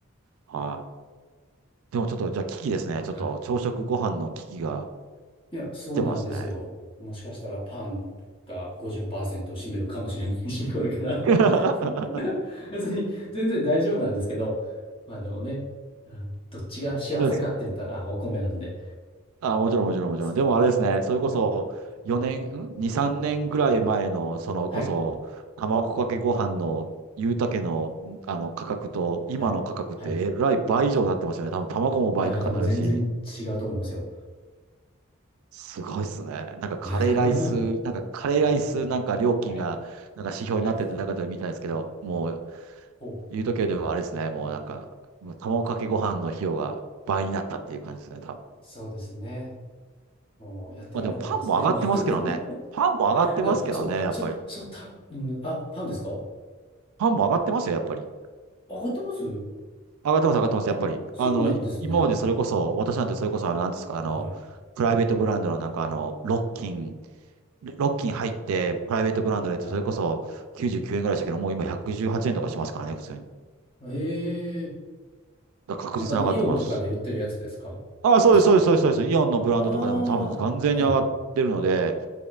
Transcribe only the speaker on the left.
はい。
いや、そうなんですよ。
もしかしたらパンが50%を占めるかもしれないし、<laughs> これから
<laughs> 別に、全然大丈夫なんですけど、まあでもね、うん、どっちが幸せかって言ったらお米なんで、
あそこはね。
はい。
はい。はい。
いやー、多分全然違うと思いますよ。
<laughs> は
い。
はい。
ほう。
そうですね。もうやってられないですね、
もう。
<laughs> あ、そう、
そう、そう、た、うん、あ、パンですかあ
上がってます
あ、
そうなんですね。
はい。
はい。
ええ
なんかあの、イオンとかで売ってるやつですか安く。
ああ、はい。